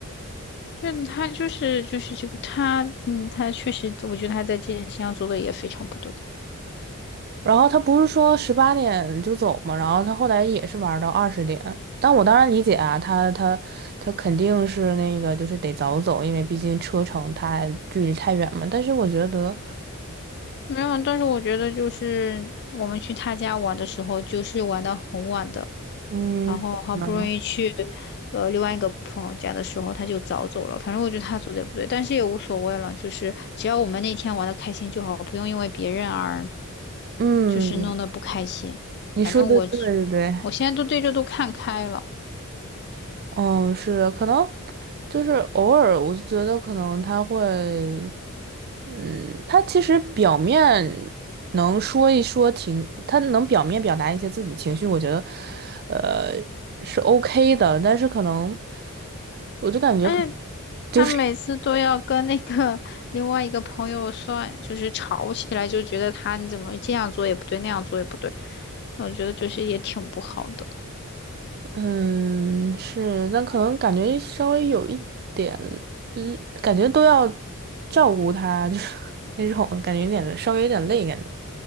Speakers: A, on the left; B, on the right.
A: 对的，他就是就是这个他，嗯，他确实，我觉得他在这件事情上做的也非常不对。
B: 然后他不是说十八点就走嘛，然后他后来也是玩儿到二十点。但我当然理解啊，他他他肯定是那个就是得早走，因为毕竟车程太距离太远嘛。但是我觉得，
A: 没有，但是我觉得就是我们去他家玩的时候，就是玩到很晚的，
B: 嗯，
A: 然后好不容易去
B: 嗯，
A: 呃另外一个朋友家的时候，他就早走了。反正我觉得他做的也不对，但是也无所谓了，就是只要我们那天玩的开心就好，不用因为别人而
B: 嗯
A: 就是弄得不开心。
B: 你说的对对对，
A: 反正我我现在都对这都看开了。
B: 嗯，是的可能就是偶尔，我就觉得可能他会，嗯，他其实表面能说一说情，他能表面表达一些自己情绪，我觉得，呃，是 OK 的，但是可能，我就感觉可能
A: 哎，
B: 就是，
A: 他每次都要跟那个另外一个朋友算，就是吵起来，就觉得他你怎么这样做也不对，那样做也不对，我觉得就是也挺不好的。
B: 嗯，是，但可能感觉稍微有一点，嗯，感觉都要照顾他，就是那种感觉有点稍微有点累，感觉，